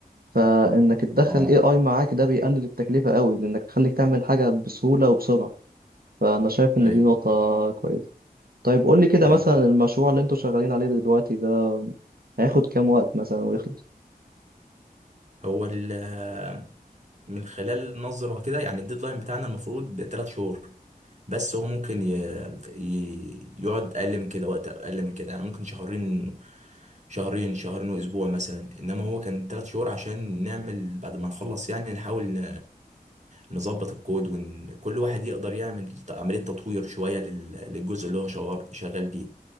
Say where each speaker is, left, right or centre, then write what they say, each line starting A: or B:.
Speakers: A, on the right; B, on the right.
A: فانك تدخل
B: اه
A: AI معاك ده بيقلل التكلفة قوي لانك تخليك تعمل حاجة بسهولة وبسرعة فانا شايف ان
B: ايوه
A: دي نقطة كويسة طيب قول لي كده
B: ايوه
A: مثلا المشروع اللي انتوا شغالين عليه دلوقتي ده هياخد كام وقت مثلا ويخلص
B: هو ال من خلال نظرة كده يعني الديدلاين بتاعنا المفروض تلات شهور بس هو ممكن ي... ي... يقعد أقل من كده وقت أقل من كده يعني ممكن شهرين شهرين شهرين وأسبوع مثلا إنما هو كان تلات شهور عشان نعمل بعد ما نخلص يعني نحاول ن... نظبط الكود وكل واحد يقدر يعمل ت- عملية تطوير شوية لل... للجزء اللي هو شغال شغال بيه